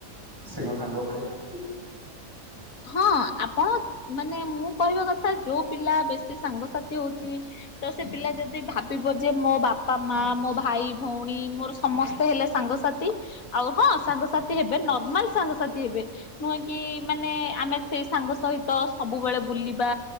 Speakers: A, on the right (about 15°); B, on the left (about 75°).
A: ସେ କଣ ସାଙ୍ଗ ଭଳିଆ ନା
B: ହଁ ଆପଣ ମାନେ ମୁଁ କହିବା କଥା ଯୋଉ ପିଲା ବେଶୀ ସାଙ୍ଗସାଥି ହଉଛି। ତ ସେ ପିଲା ଯଦି ଭାବିବ ଯେ ମୋ ବାପା ମା ମୋ ଭାଇ, ଭୋଉଣୀ ମୋର ସମସ୍ତେ ହେଲେ ସାଙ୍ଗସାଥି ଆଉ ହଁ ସାଙ୍ଗସାଥି ହେବେ ନର୍ମାଲ ସାଙ୍ଗସାଥି। ସିଏହେବେ ନୁହେଁ କି ମାନେ ଆମେ ସେଇ ସାଙ୍ଗ ସହିତ ସବୁବେଳେ ବୁଲିବା।